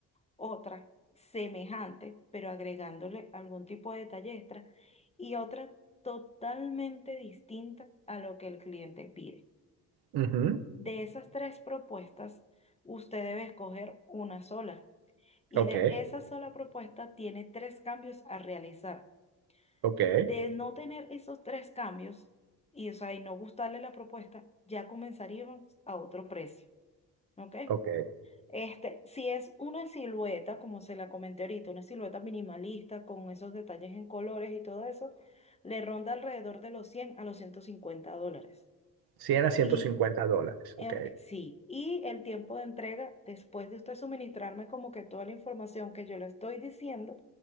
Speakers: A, on the left; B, on the right.
A: otra semejante, pero agregándole algún tipo de detalle extra, y otra totalmente distinta a lo que el cliente pide.
B: Ujú,
A: De esas tres propuestas, usted debe escoger una sola. Y
B: Ok,
A: de esa sola propuesta tiene tres cambios a realizar.
B: ok.
A: De no tener esos tres cambios y, o sea, y no gustarle la propuesta, ya comenzaríamos a otro precio. ¿Ok?
B: Ok.
A: Este, si es una silueta, como se la comenté ahorita, una silueta minimalista con esos detalles en colores y todo eso, le ronda alrededor de los 100 a los 150 dólares.
B: cien a ciento
A: Y
B: cincuenta dólares.
A: Ok,
B: Ok.
A: Sí, y el tiempo de entrega, después de usted suministrarme como que toda la información que yo le estoy diciendo